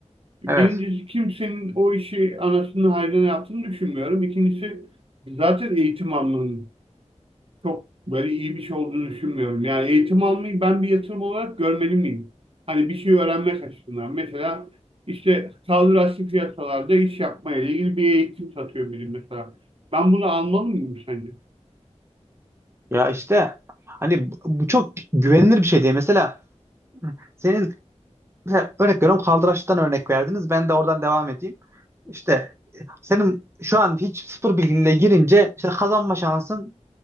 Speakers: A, on the right (about 50°); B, on the right (about 20°).
A: Birincisi
B: Evet.
A: kimsenin o işi anasını hayrına yaptığını düşünmüyorum. İkincisi zaten eğitim almanın çok böyle iyi bir şey olduğunu düşünmüyorum. Yani eğitim almayı ben bir yatırım olarak görmeli miyim? Hani bir şey öğrenmek açısından. Mesela işte kaldıraçlı piyasalarda iş yapmaya ilgili bir eğitim satıyor biri mesela. Ben bunu almalı mıyım sence?
B: Ya işte hani bu bu çok güvenilir bir şey değil. Mesela senin mesela örnek veriyorum kaldıraçtan örnek verdiniz. Ben de oradan devam edeyim. İşte e, senin şu an hiç sıfır bilginle girince işte kazanma şansın